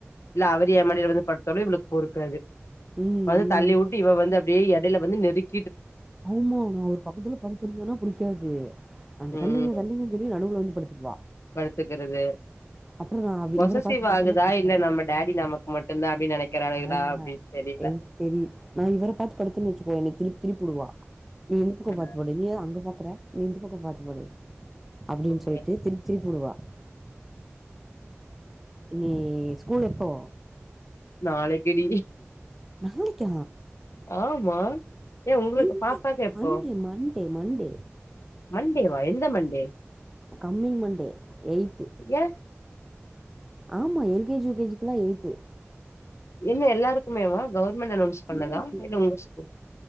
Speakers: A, on the left; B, in the centre.
A: இல்ல அவர் என்
B: ம்.
A: மடில வந்து படுத்தோலோ இவளுக்கு பொறுக்காது
B: ம்
A: வந்து
B: ம்
A: தள்ளி விட்டு இவ வந்து அப்டீயே எடையில வந்து நெருக்
B: ஆமா நா ஒரு பக்கத்துல படுத்திருந்தேனா பிடிக்காது அவுங்க
A: ம்
B: தள்ளங்க தள்ளங்கன்னு சொல்லி நடுவுல வந்து படுத்துக்குவா
A: படுத்துக்கிறது
B: அப்புறோ நா
A: பொசசிவ்
B: இவர பாத்து படுத்தேன்னா
A: ஆகுதா
B: பிடிக்காது
A: இல்ல நம்ம டாடி
B: ம்
A: நமக்கு மட்டும்தான் அப்டின்னு நெனைக்கிறாளுகளா
B: ஆ
A: அப்டின்னு தெரில
B: எதுக்கு தெரிது நா இவர பாத்து படுத்தேன்னா வெச்சுக்கோவ என்ன திருப் திரிப்புடுவா நீ எங்க பக்கோ
A: ஆ
B: பாத்து படு நீ ஏ அங்க பாக் க்கற நீ இந்த பக்கோ பாத்துப் படு அப்டின்னு
A: ஓகே
B: சொல்ட்டு திருப்பி திருப்பி உடுவா இனி ஸ்கூல் எப்போ
A: நாளைக்கிடி
B: நாளைக்க
A: ஆமா ஏ உங்களுக்கு
B: இல்ல
A: பாப்பாக்கு எப்போ
B: மண்டே மண் டே மண்டே
A: மண்டேவா எந்த மண்டே
B: கம்மிங் மண்டே எய்ட்து
A: ஏ
B: ஆமா L K G U K ஜிக்கு எல்லா எயித்து
A: என்ன எல்லாருக்குமேவா கவர்மெண்ட் அனௌன்ஸ்
B: ங்க
A: பண்ணதா இல்ல உங்க ஸ்கூல்